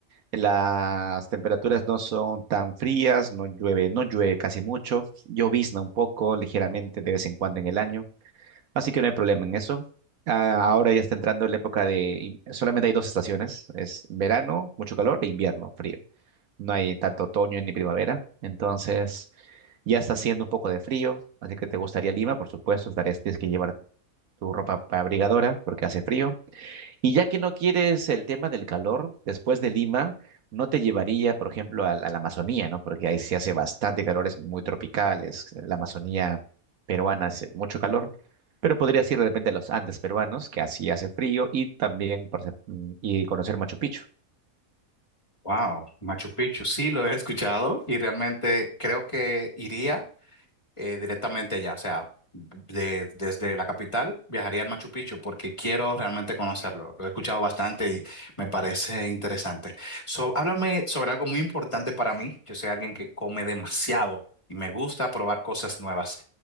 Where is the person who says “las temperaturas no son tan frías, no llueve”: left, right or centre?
Right